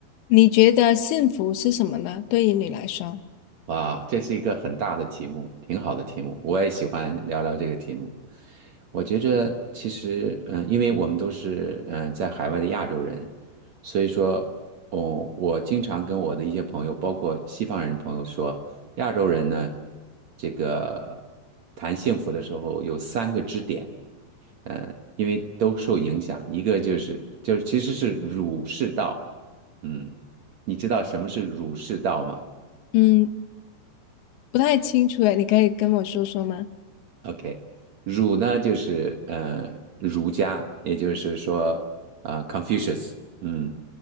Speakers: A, on the left; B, on the right.
A: 你觉得幸福是什么呢？对于你来说，
B: 哇，这是一个很大的题目，挺好的题目，我也喜欢聊聊这个题目。我觉着其实，嗯，因为我们都是嗯呃在海外的亚洲人，所以说，哦，我经常跟我的一些朋友，包括西方人的朋友说，亚洲人呢，这个谈幸福的时候有三个支点，嗯，呃因为都受影响，一个就是就是其实是儒释道，嗯，你知道什么是儒释道吗？
A: 嗯，不太清楚诶，你可以跟我说说吗？
B: OK，儒呢就是呃儒家，也就是说啊、呃 Confucius，嗯，